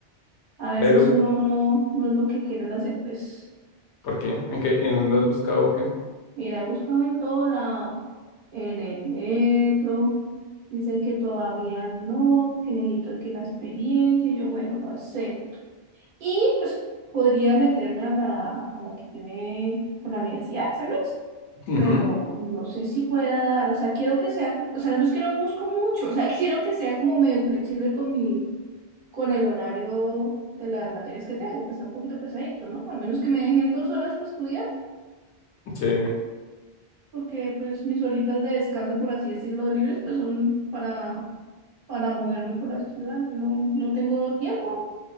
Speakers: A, on the right; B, on the left.
A: a veces
B: Pero,
A: uno no, no es lo que quieren las empresas.
B: ¿por qué? ¿En qué? ¿En dónde has buscado o qué?
A: Mira, he buscado en todo lado, en el metro, dicen que todavía no, que necesito que la experiencia, y yo, bueno, lo acepto. Y pues podría meterme a la, a la que tiene con la universidad, ¿sabes?
B: Ujú,
A: Pero no sé si pueda dar, o sea, quiero que sea, o sea, no es que no busco mucho, o sea, <laughs> quiero que sea como medio flexible con mi, con el horario de las materias que tengo, que está un poquito pesadito, ¿no? Al menos que me dejen dos horas para estudiar.
B: Sí.
A: porque pues mis horitas de descanso, por así decirlo, libres, pues son para, para moverme por la ciudad. No, no tengo tiempo